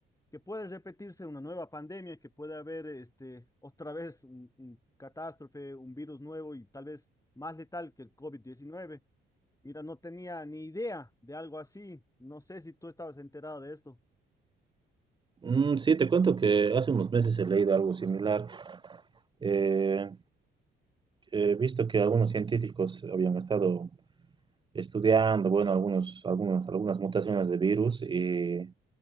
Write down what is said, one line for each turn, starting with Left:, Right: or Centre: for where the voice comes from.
Left: que puede repetirse una nueva pandemia, que puede haber este, otra vez un, un catástrofe, un virus nuevo y tal vez más letal que el COVID-19. Mira, no tenía ni idea de algo así. No sé si tú estabas enterado de esto.
Right: Mm, sí, te cuento que hace unos meses he leído algo similar. Eh, He visto que algunos científicos habían estado estudiando, bueno, algunos, algunos, algunas mutaciones de virus y,